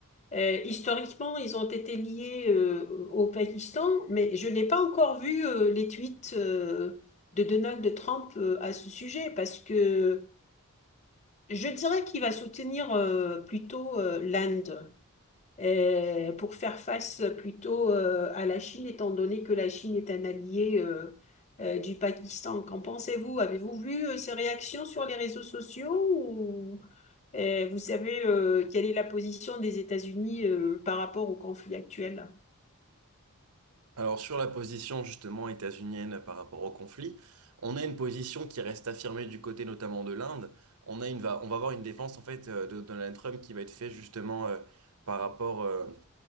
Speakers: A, on the left; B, on the right.
A: Euh, historiquement, ils ont été liés euh, au Pakistan, mais je n'ai pas encore vu euh, les tweets euh, de Donald Trump euh, à ce sujet, parce que je dirais qu'il va soutenir euh, plutôt euh, l'Inde euh, pour faire face plutôt euh, à la Chine, étant donné que la Chine est un allié euh, euh, du Pakistan. Qu'en pensez-vous? Avez-vous vu euh, ses réactions sur les réseaux sociaux ou euh, vous savez euh, quelle est la position des États-Unis euh, par rapport au conflit actuel?
B: Alors sur la position justement états-unienne par rapport au conflit, on a une position qui reste affirmée du côté notamment de l'Inde. On a une, va, on va avoir une défense en fait euh, de Donald Trump qui va être faite justement euh, par rapport euh,